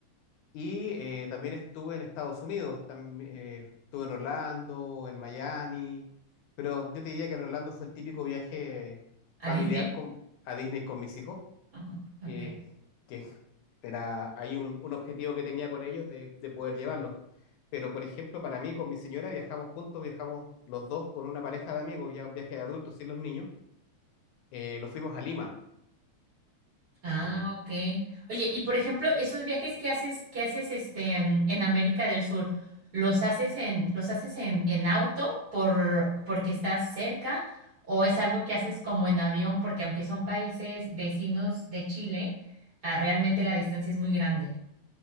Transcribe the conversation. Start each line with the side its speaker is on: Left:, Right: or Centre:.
Left: Y eh, también estuve en Estados Unidos, tam- eh, estuve en Orlando, en Miami, pero yo te diría que en Orlando fue el típico viaje
Right: ¿A
Left: familiar
Right: Disney?
Left: con, a Disney con mis hijos,
Right: Ajá, ok.
Left: que, que era ahí un, un objetivo que tenía con ellos de, de poder llevarlos. Pero, por ejemplo, para mí, con mi señora, viajamos juntos, viajamos los dos con una pareja de amigos, ya un viaje de adultos sin los niños. Eh, nos fuimos a Lima
Right: Ah,
Left: y
Right: ok. Oye, y por ejemplo, esos viajes que haces, que haces este en, en América del Sur, ¿los haces en, los haces en, en auto por, porque estás cerca? ¿O es algo que haces como en avión? Porque aunque son países vecinos de Chile, ah, realmente la distancia es muy grande.